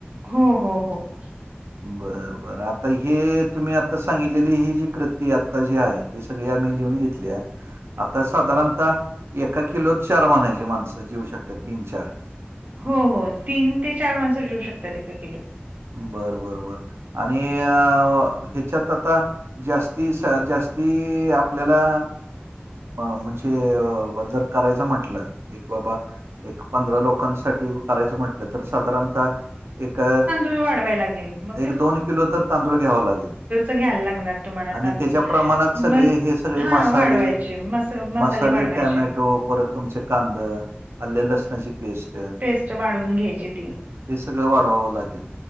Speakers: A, on the right; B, on the right.
A: हंम हंम हंम
B: बरं बरं आंता हे तुम्हीं आंता सांगितलेली ही जी कृती आंता जी आहे ते सगळें आम्हीं लिहूंन घेतल्यां आंता साधारणतः एकां किलोतं चार म्हणायचे जे माणसं जेवूं शकतांत तीनं चार
A: हो हो तीनं ते चार माणसं जिऊं शकतांत एकां किलो
B: बरं बरं बरं आणि अं ह्यांच्यात आंता जांस्ती जांस्ती आपल्यांला म्हणजे जरं बदल करायच म्हंलं एक बाबां एक पंधरा लोकांसाठी बदल करायचं म्हंटलं तरं साधारणतः एक
A: तरं वाढवांय लागेल मं
B: एक दोन किलो तरं तांदूळ घ्यांवा लागेल
A: घ्यायला लागणार तुम्हाला
B: आणि
A: तांदूळ
B: त्यांच्या प्रमाणांत सगळें
A: मग
B: हे सगळें
A: हा
B: मसाले
A: वाढवायचे मस
B: मसाले
A: वाढवायचे
B: टोमॅटो परंत तुंमचे कांदा आंल्या लसणांची पेस्ट
A: पेस्ट वाढूंन घ्यांयची ती
B: हे सगळं वाढवावं लागेल